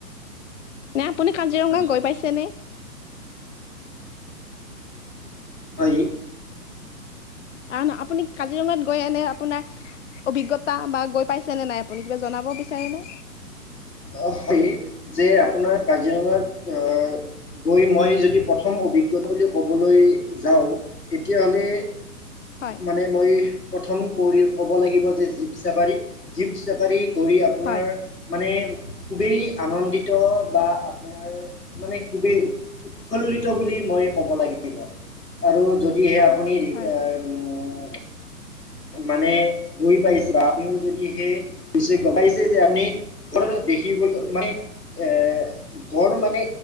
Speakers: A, on the left; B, on the left.
A: নে আপুনি কাজিৰঙা
B: হয়
A: গৈ পাইছেনে
B: হয়।
A: আহ ন আপুনি কাজিৰঙাত গৈ এনে আপোনাৰ অভিজ্ঞতা বা গৈ পাইছেনে নাই আপুনি কিবা জনাব বিচাৰেনে
B: অ হয় যে আপোনাৰ কাজিৰঙাত অ গৈ মই যদি প্ৰথম অভিজ্ঞতা বুলি ক'বলৈ যাওঁ তেতিয়াহ'লে
A: হয়
B: মানে মই প্ৰথম ক'ব লাগিব যে জীপ চাফাৰী জীপ চাফাৰী কৰি আপোনাৰ
A: হয়
B: মানে খুবেই আনন্দিত বা আপোনাৰ মানে খুবেই উৎ উৎফুল্লিত বুলি কব লাগিব আৰু যদিহে আপুনি উ
A: হয় হয়
B: মানে গৈ পাইছে বা আপুনিও যদি সেই <unintelligible> গম পাইছে যে আপুনি ঘ দেখিবলৈ মানে এ বৰ মানে